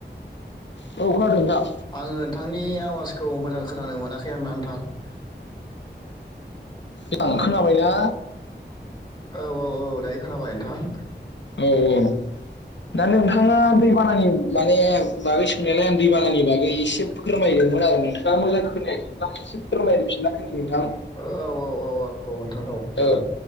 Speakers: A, on the left; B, on the left.
A: खानादों नोंथां
B: आङो नोंथांनि आवाजखौ मोजां खोनानो मोनाखै होनना नोंथां
A: एबार खोनाबायना
B: औ औ औ दायो खोनाबाय नोंथां
A: औ औ दा नोंथाङा दैबानानि माने बागै सोंनायालाय आं दैबानानि बागै एसे फोरमायदोंमोन आरो नोंथाङा मोजां खोनायाखैब्ला आं एसे फोरमायफिनना होनोसां
B: औ औ औ औ औ नोंथां औ जागोन
A: औ